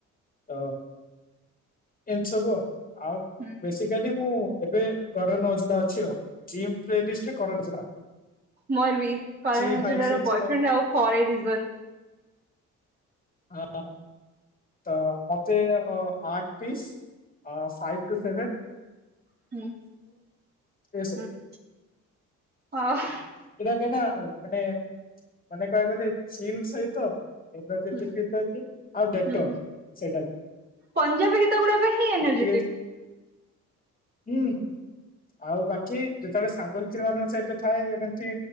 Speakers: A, on the left (about 30°); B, on the right (about 30°).
A: ତ ଏମିତି ସବୁ ଆଉ, ଆଉ।
B: ହଁ।
A: ବେଶିକାଲି ମୁଁ ଏବେ କରନ ଓଜଲା ଅଛି ଆଉ ଜିମ୍ ପ୍ଲେ ଲିଷ୍ଟ ରେ କରନ ଓଜଲା।
B: ମୋର ବି ଫରେନ୍
A: ଚିଲ୍ ଭାଇବ୍
B: ଜିଲ୍ଲାର
A: ସହିତ
B: ବୟଫ୍ରେଣ୍ଡ ଆଉ ଫରେ ରିଜନ୍।
A: ଅ ଆ। ତ ମତେ ଆଠ ପିସ୍ ଫାଇ ଟୁ ସେଭେନ
B: ହୁଁ ହଁ
A: ଏସବୁ
B: ହଁ।
A: ଏଇଟା କେ ନା ମାନେ ମାନେ କହ ବୋଲି ଚିଲ ସହିତ ଇନୋ ଦେଡିଟିଭି
B: ହୁଁ
A: <unintelligible> ଆଉ ଦେଟପ୍
B: ହୁଁ
A: ସେଟା।
B: ପଞ୍ଜାବୀ ଗୀତ ଗୁଡ଼ା କ ହିଁ ଏନର୍ଜେଟିକ୍।
A: ଟିକେ ହୁଁ ହୁଁ ଆଉ ବାକି ଯେତେବେଳେ ସାଙ୍ଗସାଥି୍ ମାନଙ୍କ ସହିତ ଥାଏ